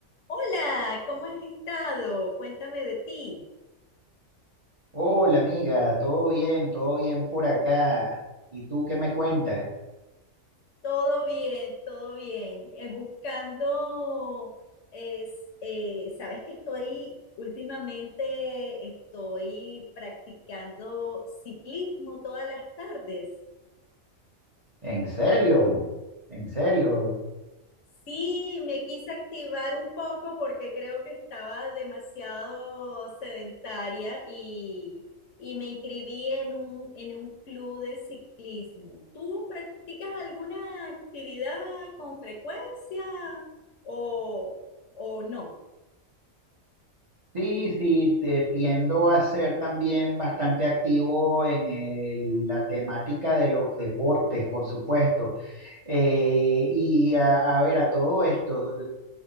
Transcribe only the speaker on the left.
Hola, ¿cómo has estado? Cuéntame de ti.
Todo bien, todo bien. Eh, buscando, es, eh, sabes que estoy, últimamente estoy practicando ciclismo todas las tardes.
Sí, me quise activar un poco porque creo que estaba demasiado sedentaria y, y me inscribí en un, en un club de ciclismo. ¿Tú practicas alguna actividad con frecuencia o, o no?